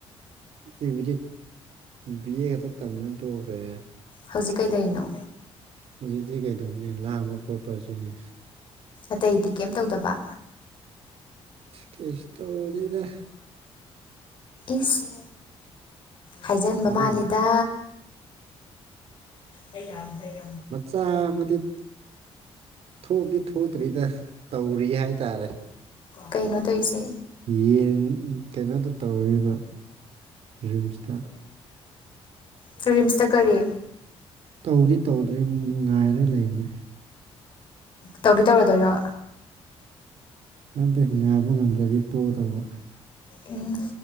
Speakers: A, on the right; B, on the left.
A: ꯑꯩꯕꯨꯗꯤ ꯕꯤ ꯑꯦ ꯈꯛꯇ ꯇꯝꯃꯥ ꯇꯣꯛꯈ꯭ꯔꯦ
B: ꯍꯧꯖꯤꯛ ꯀꯩꯗꯧꯏꯅꯣ
A: ꯍꯧꯖꯤꯛꯇꯤ ꯀꯩꯗꯧꯅꯤ ꯂꯥꯡꯕ ꯈꯣꯠꯄꯁꯤꯅꯤ
B: ꯑꯇꯩꯗꯤ ꯀꯩꯝ ꯇꯧꯗꯕ
A: ꯀꯧꯁ ꯇꯩꯗꯦꯗꯥ
B: ꯏꯁ ꯍꯥꯏꯖꯤꯟꯕ
A: ꯍꯧꯖꯤꯛ
B: ꯃꯥꯜꯂꯤꯗ ꯑꯩ ꯔꯗꯔꯦ
A: ꯆꯥꯃꯗꯤ ꯊꯣꯛꯗꯤ ꯊꯣꯛꯇ꯭ꯔꯤꯗ ꯇꯧꯔꯤ ꯍꯥꯏꯇꯥꯔꯦ
B: ꯀꯩꯅꯣ ꯇꯧꯁꯦ
A: ꯌꯦꯟ ꯀꯩꯅꯣꯗ ꯇꯧꯔꯔꯤꯕ ꯔꯤꯝꯁꯇ
B: ꯐꯤꯝꯁꯇ ꯀꯔꯤ
A: ꯇꯧꯗꯤ ꯇꯧꯗ꯭ꯔꯦ ꯉꯥꯏꯔꯒ ꯂꯩꯕꯅꯤ
B: ꯇꯧꯗꯤ ꯇꯧꯔꯗꯣꯏꯔꯣ
A: ꯀꯝꯇ ꯍ ꯉꯕ ꯉꯝꯗ꯭ꯔꯗꯤ ꯇꯣꯛꯗꯧꯕ
B: ꯎꯝ